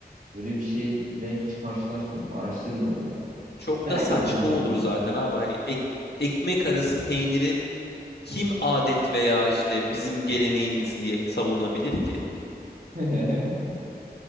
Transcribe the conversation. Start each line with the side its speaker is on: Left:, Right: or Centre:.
Right: Böyle bir şeyle hiç karşılaşmadım, araştırmadım da.
Left: Çok
Right: Merak
Left: da saçma
Right: ettim ama
Left: olur
Right: bir bakacağım.
Left: zaten abi. Hani ek- ekmek arası peyniri kim adet veya işte bizim geleneğimiz diye savunabilir ki?
Right: <laughs>